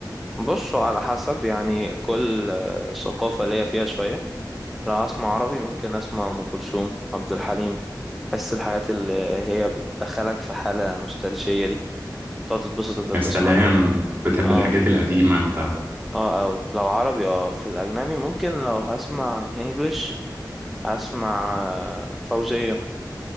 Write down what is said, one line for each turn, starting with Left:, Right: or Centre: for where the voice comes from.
Centre: بصوا على حسب يعني كل آه، ثقافه ليا فيها شويه لو هسمع عربي ممكن اسمع ام كلثوم عبد الحليم حس الحاجات اللي هي بتدخلك في حاله نوستالجيه دي تقعد تتبسط انت بتسمع
Right: يا سلام انت بتحب
Centre: اه
Right: الحاجات القديمة انت
Centre: اه قوي لو عربي اه في الاجنبي ممكن لو هسمع انجلش اسمع آه، فوزية